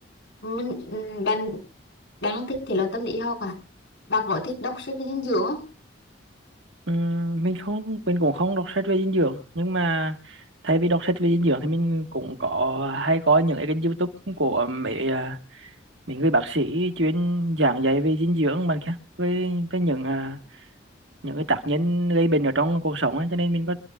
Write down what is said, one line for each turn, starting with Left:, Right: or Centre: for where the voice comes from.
Left: mình ừ, bạn bạn không thích thể loại tâm lý học à bà có thích đọc sách về dinh dưỡng không
Right: Ừm, mình không mình cũng không đọc sách về dinh dưỡng nhưng mà thay vì đọc sách về dinh dưỡng thì mình cũng có hay coi những cái kênh YouTube của mấy à, mấy người bác sĩ chuyên giảng dạy về dinh dưỡng bạn kia với với những à, những cái tác nhân gây bệnh ở trong cuộc sống ấy. cho nên mình có